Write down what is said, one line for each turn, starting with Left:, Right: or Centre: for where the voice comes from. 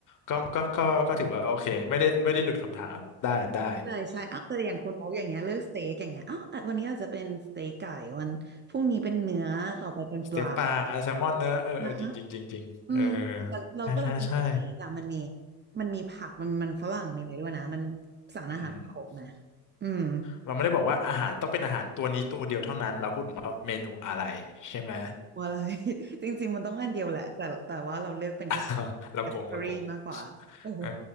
Left: ก็ก็ก็ก็ถือว่าโอเคไม่ได้ไม่ได้หลุดคำถามได้ได้
Right: ใช่ใช่เอาแต่อย่างคุณโอ๊กอย่างเงี้ยเลือกสเต็กอย่างเงี้ยอ้าวอ่ะวันนี้อาจจะเป็นสเต็กไก่วันพรุ่งนี้เป็นเนื้อต่อไปเป็นปลา
Left: <laughs> สเต็กปลาแซลมอนเนอะเออเออจริงจริงจริงจริงเออ
Right: นะอืมเราเราเวลากินสเต็กอะมันมี
Left: ใช่ใช่ใช่
Right: มันมีผักมันมันฝรั่งมีอะไรด้วยนะมันสารอาหารครบนะ
Left: อืม
Right: อืม
Left: เราไม่ได้บอกว่าอาหารต้องเป็นอาหารตัวนี้ตัวเดียวเท่านั้นเราพูดถึงว่าเมนูอะไรใช่ไหม
Right: ว่าอะไร <laughs> จริงๆมันต้องอันเดียวแหละแต่แต่ว่าเราเลือกเป็นแค่
Left: <laughs> เราโกงเราโกง
Right: category มากกว่าเออ
Left: เออ